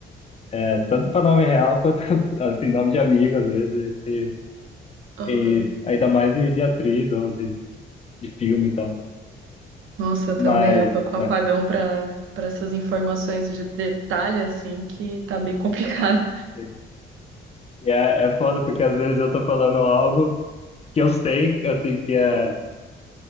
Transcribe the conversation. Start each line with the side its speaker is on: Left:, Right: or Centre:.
Left: É, tanto pra nome real quanto, <laughs> assim, nome de amigo, às vezes, e,
Right: Uhum.
Left: e ainda mais de, de atriz ou de, de filme e tal.
Right: Nossa, eu
Left: Mas,
Right: também. Eu tô com apagão
Left: é,
Right: pra, pra essas informações de detalhe, assim, que tá bem complicado.
Left: sim. E é, é foda porque às vezes eu tô falando algo que eu sei, assim, que é,